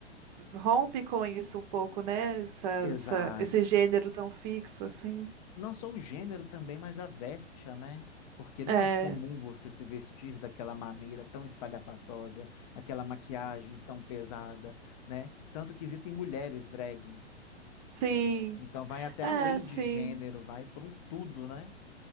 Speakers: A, on the right; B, on the left.
A: rompe com isso um pouco, né? Essa,
B: exato.
A: essa- esse gênero tão fixo, assim.
B: Não só o gênero também, mas a vestia, né? Porque não
A: É,
B: é comum você se vestir daquela maneira tão espalhafatosa, aquela maquiagem tão pesada, né? Tanto que existem mulheres drag,
A: sim,
B: né? Então vai até
A: é,
B: além
A: sim.
B: de gênero, vai para um tudo, né?